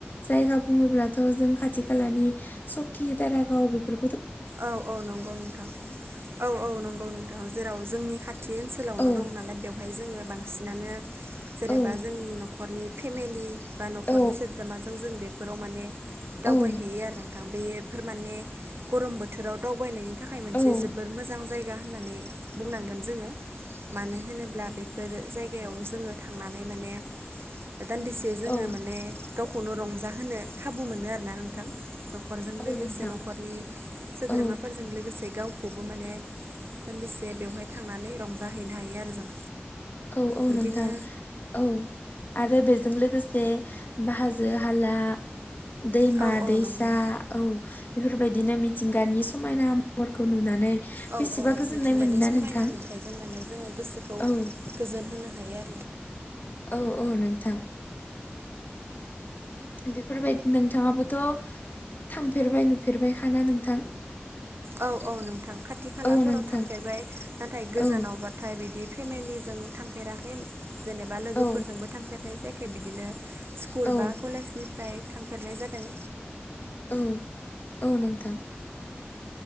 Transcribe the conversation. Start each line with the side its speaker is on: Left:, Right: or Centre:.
Left: जायगा बुङोब्लाथ' जों खाथि खालानि सकि दारागाव बेफोर
Right: औ औ नंगौ नोंथां औ औ नंगौ नोंथां जेराव जोंनि खा थि ओनसोलावनो
Left: औ
Right: दं नालाय बेवहाय जोङो बांसिनानो जेनेबा
Left: औ
Right: जोंनि न'खरनि फेमेलि बा न'खरनि
Left: औ
Right: सोद्रोमाजों जों बेफोराव माने दावबायहैयो
Left: औ
Right: आरो नोंथां बे फोर माने गरम बोथोराव दावबायनायनि थाखाय मोनसे
Left: औ
Right: जोबोर मोजां जाय गा होननानै बुंनांगोन जोङो। मानो होनोब्ला बेफोर जायगायाव जोङो थांनानै माने दान्दिसे जोङो
Left: औ
Right: माने गावखौनो रंजाहोनो खाबु मोनो आरोना नोंथां। नखरजों
Left: औ
Right: लोगोसे
Left: नोंथां
Right: न'खरनि सोद्रोमाफोरजों
Left: औ
Right: लोगो से गावखौबो माने दान्दिसे बेवहाय थांनानै रंजाहैनो हायो आरो जों।
Left: औ औ
Right: बिदिनो
Left: नोंथां औ आरो बेजों लोगोसे हाजो-हाला दैमा-दैसा
Right: औ औ नंगौ
Left: औ बेफोरबायदिनो मिथिंगानि समायना महरखौ नुनानै
Right: औ
Left: बेसेबा
Right: औ
Left: गोजोननाय
Right: मिथिंगानि
Left: मोनोना
Right: समायना
Left: नोंथां
Right: नुथाइजों माने जोङो गोसोखौ
Left: औ
Right: गोजोन होनो हायो आ
Left: औ औ नोंथां बेफोरबायदि नोंथाङाबोथ' थांफेरबाय नुफेरबायखा ना नोंथां?
Right: औ औ नोंथां खाथि खालाफोराव
Left: औ नोंथां
Right: थांफेरबाय नाथाय गोजानावबाथाय
Left: औ
Right: बिदि फेमिलिजों थांफेराखै जेनेबा लोगोफोरजोंबो
Left: औ
Right: थांफेरनाय जायाखै बिदिनो स्कुल
Left: औ
Right: बा कलेजनिफ्राय थांफेरनाय जादों।
Left: औ औ नोंथां।